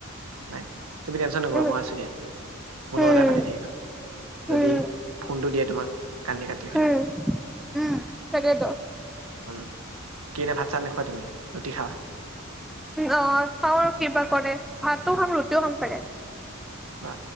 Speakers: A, on the right; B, in the centre.
A: নাই। তুমি টেনশন নকৰিবা
B: উম
A: মই আছোঁ দিয়া মোৰ
B: উম
A: লগত পাতি থাকিবা যদি
B: উম
A: ফোনটো দিয়ে তোমাক কান্দি কাটি হ'লেওঁ।
B: উম উম তাকেতো
A: উম কি এতিয়া ভাত চাত নেখোৱা তুমি ৰুটি খাবা।
B: অ চাওঁ আৰু কিবা কৰে ভাতো খাম ৰুটিও খাম চাগে।
A: বা